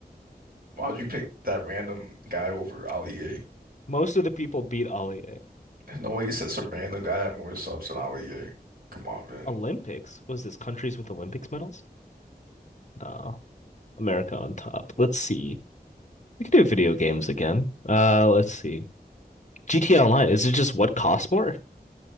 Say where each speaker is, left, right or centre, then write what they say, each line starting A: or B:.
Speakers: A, on the right (about 65°); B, on the left (about 45°).
A: Why would you pick that random guy over Ali A?
B: Most of the people beat Allier.
A: There's no way you said some random guy had more subs than Ali A. Come on, man.
B: Olympics? Was this countries with Olympics medals? No. America on top. Let's see. We could do video games again. Uh, let's see. GTA Online, is it just what costs more?